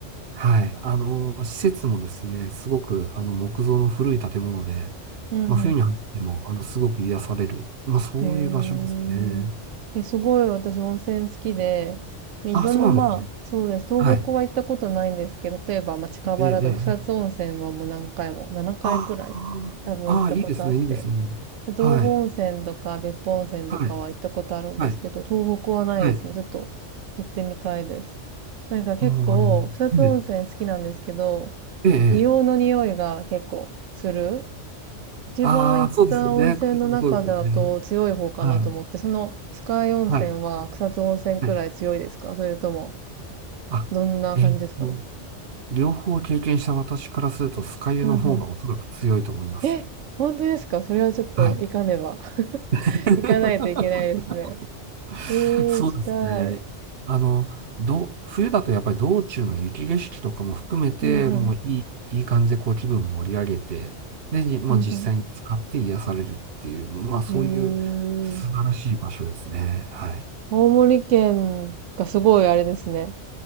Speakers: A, on the right (about 55°); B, on the right (about 80°).
A: はい。あの、施設もですね、すごく、あの、木造の古い建物で、
B: うんうん。
A: まあ、冬に入っても、あの、すごく癒される。まあ、そういう場所ですね。
B: へえ。え、すごい私温泉好きで、いろんなまあ、
A: あ、そうなんですね。
B: そうです。東北は行ったことないんですけど、
A: はい。
B: 例えば、まあ、近場だと草津温泉はもう何回も、
A: ええ、ええ。
B: 7回くらい多分行ったことあって。
A: ああ、ああ、いいですね、いいですね。
B: で道後温泉とか別府温泉とかは行ったことあるんですけど、
A: はい、はい、はい、
B: 東北はないですね。
A: はい。
B: ちょっと行ってみたいです。なんか結構、
A: あああの、
B: 草津温泉好きなんですけど、
A: うん、ええ、ええ。
B: 硫黄の匂いが結構する一番行った温泉の中だと強い方かなと思って、
A: ああ、そうですよね。そうですよね。はい、
B: そのスカイ温泉は草津温泉くらい強いですかそれとも、
A: はい、はい。あ、
B: どんな感じですかね
A: えっと、両方経験した私からすると、酸ヶ湯の方がおそらく強いと思います。
B: うんうん。え、本当ですかそれはちょっと行かねば。
A: はい。
B: <laughs>
A: <laughs>
B: 行かないといけないですね。
A: <laughs>
B: えー、
A: そうですね。
B: 行きたい。
A: あの、ど、冬だとやっぱり道中の雪景色とかも含めて、
B: うんうん。
A: もういい、いい感じでこう気分盛り上げて、で、じまあ、
B: うんうん。
A: 実際に使って癒されるっていう、まあそういう素晴らしい場所ですね。
B: へー。
A: はい。
B: 青森県がすごいあれですね。